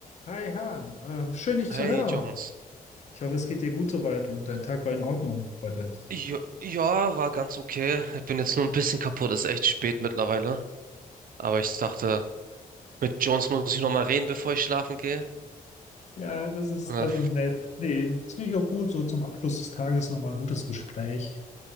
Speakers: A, on the left; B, on the right.
A: Hi Han, ähm, schön dich
B: Hey
A: zu hören.
B: Jones.
A: Ich hoffe, es geht dir gut soweit und dein Tag war in Ordnung heute.
B: Jo ja, war ganz okay. Ich bin jetzt nur ein bisschen kaputt, ist echt spät mittlerweile. Aber ich dachte, mit Jones muss ich nochmal reden, bevor ich schlafen gehe.
A: Ja, das ist,
B: Ja,
A: das ist nett. Nee, das finde ich auch gut. So zum Abschluss des Tages nochmal ein gutes Gespräch.